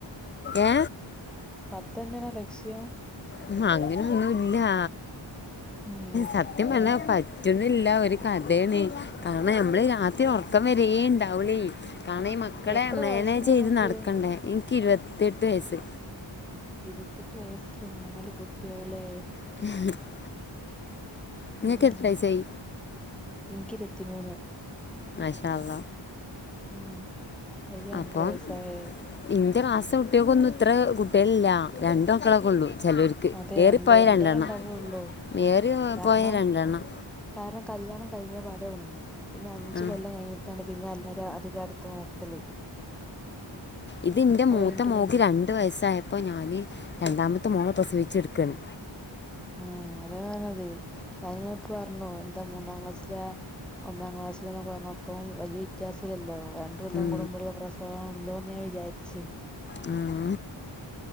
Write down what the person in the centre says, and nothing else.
പത്തന്നണ ലക്ഷ്യം
ഉം
ഇനി
എത്ര
വയസ്സുണ്ട്
നിങ്ങൾക്ക്
ഇരുപത്തെട്ട് വയസ്സില് നാല് കുട്ടികള് അല്ലെ
ഉം
എനിക്ക് ഇരുപത്തിമൂന്ന്
ഉം അതില് രണ്ടര
വയസ്സായ
കുട്ടി
അതെ
രണ്ട് രണ്ടര
ഉണ്ടാവുള്ളൂ
കാരണം
കാരണം കല്യാണം കഴിഞ്ഞ പടെ ഒന്ന് പിന്നെ അഞ്ച്
കൊല്ലം കഴിഞ്ഞിട്ടാണ് പിന്നെ എല്ലരും അധികം അടുത്ത് നോക്കലേ
കഴിഞ്ഞിട്ടൊരു
ഒന്ന്
ഉം അതേ അതെ ഞാനിങ്ങിപ്പോ പറഞ്ഞു എന്താ മൂന്നാം ക്ലാസ്സില ഒന്നാം ക്ലാസ്സിലാന്ന് പറഞ്ഞപ്പം വലിയ വ്യത്യാസം ഇല്ലല്ലോ തുല്ലം
കൂടുമ്പോള്ള പ്രസവാണല്ലോ എന്ന് ഞാൻ വിചാരിച്ചു